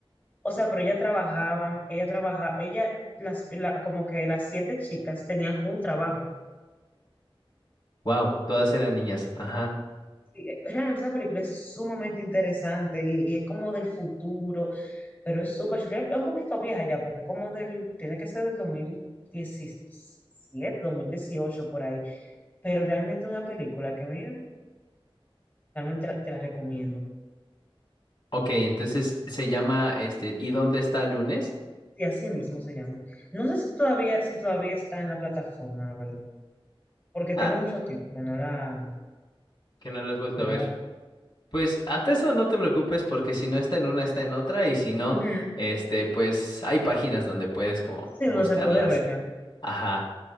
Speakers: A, on the left; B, on the left.
A: O sea, pero ella trabajaban, ella trabajaba, ella, las, la- como que las siete chicas tenían un trabajo.
B: wow, todas eran niñas, ajá.
A: Y, eh, realmente esa película es sumamente interesante y, y es como del futuro, pero es súper chula. Es un poquito vieja ya, porque como del, tiene que ser del 2017, 2018, por ahí. Pero realmente una película que, mira, realmente la- te la recomiendo.
B: Ok, entonces se llama este, ¿y dónde está el lunes?
A: Y así mismo se llama. No sé si todavía, si todavía está en la plataforma, la verdad, porque tengo
B: Ah,
A: mucho tiempo que no la,
B: que no lo has vuelto
A: que
B: a
A: no
B: ver.
A: la veo.
B: Pues hasta eso no te preocupes porque si no está en una, está en otra y si no,
A: Ujú.
B: este, pues hay páginas donde puedes como
A: Sí,
B: buscarlas.
A: no se puede ver.
B: Ajá.